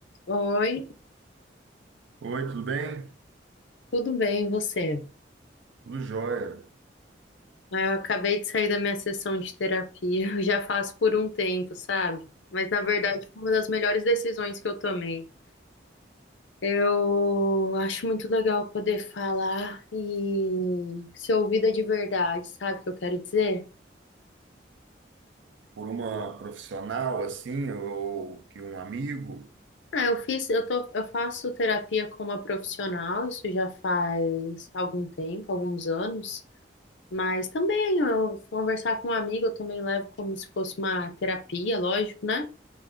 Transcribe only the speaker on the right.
Oi, tudo bem?
Tudo jóia.
Por uma profissional assim, ou que um amigo?